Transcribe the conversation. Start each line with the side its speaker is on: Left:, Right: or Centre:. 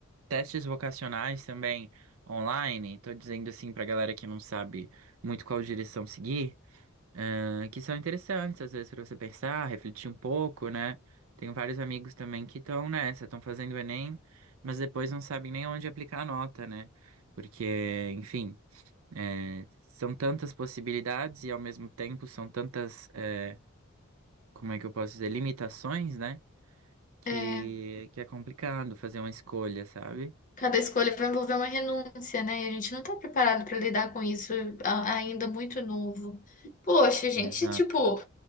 Right: testes vocacionais também online. Tô dizendo assim pra galera que não sabe muito qual direção seguir. eh, que são interessantes, às vezes, para você pensar, refletir um pouco, né? Tenho vários amigos também que estão nessa, estão fazendo o Enem, mas depois não sabem nem onde aplicar a nota, né? Porque, enfim, eh, são tantas possibilidades e, ao mesmo tempo, são tantas, eh, como é que eu posso dizer, limitações, né? Que,
Left: É,
Right: que é complicado fazer uma escolha, sabe?
Left: Cada escolha vai envolver uma renúncia, né? E a gente não tá preparado para lidar com isso a- ainda muito novo. Poxa, a gente,
Right: Exato,
Left: tipo,